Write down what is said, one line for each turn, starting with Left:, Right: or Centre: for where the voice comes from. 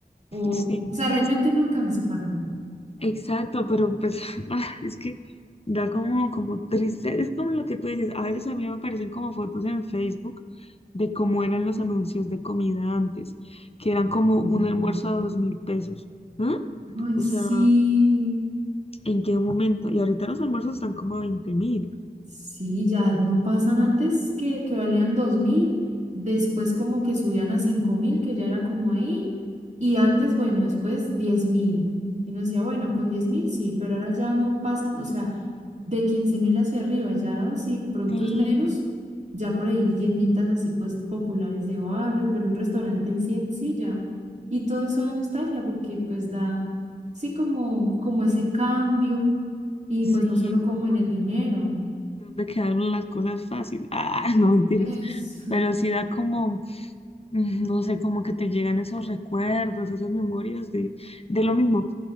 Right: O,
Left: Sí,
Right: o sea,
Left: y
Right: realmente
Left: es que
Right: no alcanzó para nada.
Left: Exacto, pero pues <laughs> ah, es que da como, como triste, es como lo que tú dices, a veces a mí me aparecen como fotos en Facebook de cómo eran los anuncios de comida antes, que eran como un
Right: Oye,
Left: almuerzo
Right: sí.
Left: a dos mil pesos, ¿ah?
Right: Ay,
Left: O
Right: sí.
Left: sea, ¿en qué momento? Y ahorita los almuerzos están como a veinte mil.
Right: Sí, ya no pasan antes que, que valían dos mil después como que subían a 5.000 que ya era como ahí, y antes, bueno, después diez mil Y uno decía, bueno, con 10.000 sí, pero ahora ya no pasan, o sea, de 15.000 hacia arriba, ya si pronto
Left: Sí,
Right: es menos, ya por ahí en tienditas así pues populares de barrio, pero un restaurante en sí, en sí ya. Y todo eso da nostalgia porque pues da, sí, como, como ese cambio, y
Left: sí,
Right: pues no solo como
Left: como
Right: en el dinero.
Left: donde quedaron las cosas fácil. Ah, <laughs> no mentiras.
Right: Es-
Left: Pero sí da como mm, no sé, como que te llegan esos recuerdos, esas memorias de, de lo mismo.